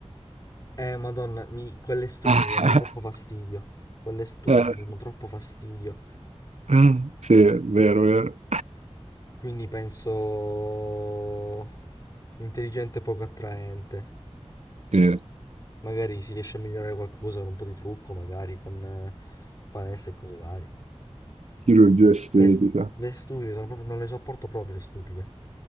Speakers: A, on the left (about 35°); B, on the right (about 80°).
A: Eh, Madonna, mi- quelle stupide
B: <laughs>
A: mi danno troppo fastidio. Quelle stupide
B: Eh,
A: mi danno troppo fastidio.
B: eh, sì, è vero, vero.
A: Quindi penso intelligente e poco attraente.
B: Sì.
A: Magari si riesce a migliorare qualcosa con un po' di trucco, magari con eh, palestra e cose varie.
B: Chirurgia estetica.
A: Le, le stupide sono proprio, non le sopporto proprio le stupide.